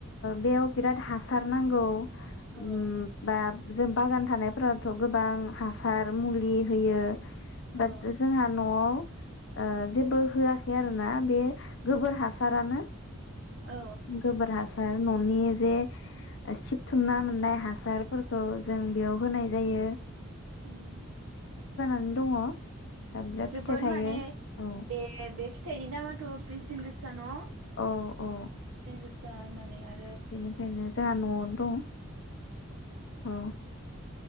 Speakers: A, on the left; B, on the right.
A: बेयाव बिराद हास खार नांगौ
B: औ
A: ओम बा जों बागान थानायफोरावथ' गोबां हासार मुलि होयो।
B: औ
A: दाथ' जोंहा नआव ओ जेबो होआखै आरोना बे गोबोर हासारानो
B: औ
A: गोबोर हासार ननि जे सिबथुमना मोननाय हासारफोरखौ जों बेयाव होनाय जायो।
B: उम
A: ओम दङ दा बिराद
B: जोबोद
A: फिथाइ थायो
B: माने
A: औ
B: बे बे फिथाइनि दामाथ' बेसेन गोस सा न'?
A: औ औ
B: बेसेन गोस सा होननानै आ
A: बेनिखायनो जोंहा न'आवनो दं औ